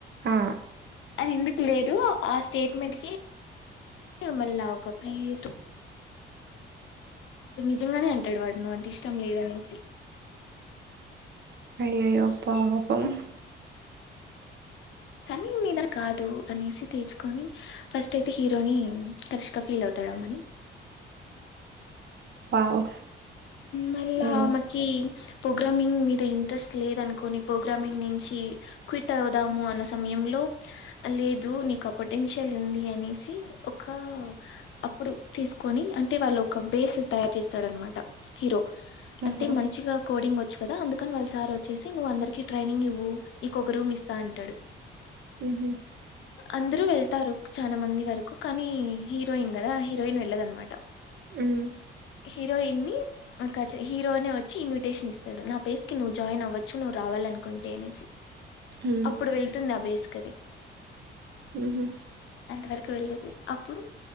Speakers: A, on the right; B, on the left.
A: ఆ
B: అది ఎందుకు లేదు ఆ స్టేట్మెంట్ కి అ మళ్ళా క ప్లేస్డ్ అ నిజంగానే అంటాడు వాడు నువ్వు అంటే ఇష్టం లేదనేసి
A: అయ్యయ్యో పాపం
B: కానీ మీద కాదు అనేసి తెేచ్చుకొని ఫస్ట్ అయితే హీరోని కరిష్క ఫీల్ అవుతారు. రామని
A: <inaudible> వావ్
B: మళ్ళా
A: ఉహు
B: ఆమెకి ప్రోగ్రామింగ్ మీద ఇంట్రెస్ట్ లేదు అనుకుని ప్రోగ్రామింగ్ నుంచి క్విట్ అవుదాము అన్న సమయంలో లేదు నీకు పొటెన్షియల్ ఉంది అనేసి ఒక అప్పుడు తీసుకొని అంటే వాళ్ళు ఒక బేస్ తయారు చేసి రన్నమాట హీరో
A: ఉహు
B: అంటే మంచిగా కోడింగ్ వచ్చు కదా అందుకని వాళ్ళ సార్ వచ్చేసి నువ్వు అందరికి ట్రైనింగ్ ఇవ్వు ఇక ఒక రూమ్ ఇస్తా అంటాడు.
A: హ్మ్
B: అందరూ వెళ్తారు చాలా మంది వరకు కానీ హీరోయిన్ కదా హీరోయిన్ వెళ్ళదన్నమాట.
A: మ్
B: హీరోయిన్ ని హీరోనే వచ్చి ఇన్విటేషన్ ఇస్తాడు నా పేస్ కి నువ్వు జాయిన్ అవ్వచ్చు నువ్వు రావాలనుకుంటే. అనేసి
A: ఉమ్
B: అప్పుడు వెళ్తుంది అభేస్కది
A: హు హూ
B: అంతవరకు వెళ్ళదు అప్పుడూ